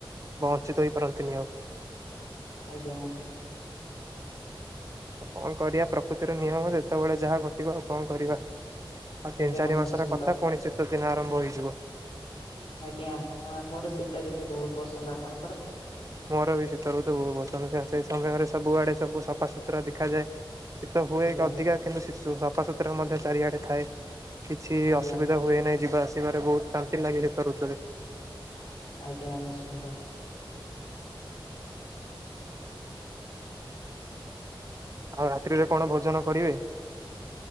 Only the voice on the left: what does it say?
ଆଜ୍ଞା।
ଆଜ୍ଞା
ନିଶ୍ଚିନ୍ତ
ଆଜ୍ଞା ହଁ ମୋର ଶୀତ ଋତୁ ବହୁତ ପସନ୍ଦ ଆପଣଙ୍କର?
ଆଜ୍ଞା
ଆଜ୍ଞା
ଆଜ୍ଞା ନିଶ୍ଚିନ୍ତ।